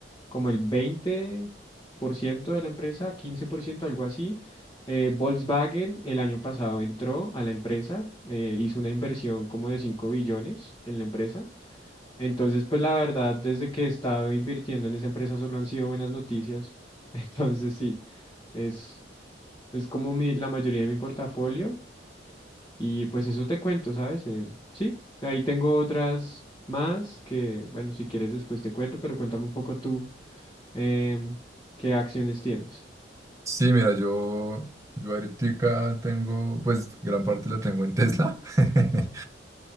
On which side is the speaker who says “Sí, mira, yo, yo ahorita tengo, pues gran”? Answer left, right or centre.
Right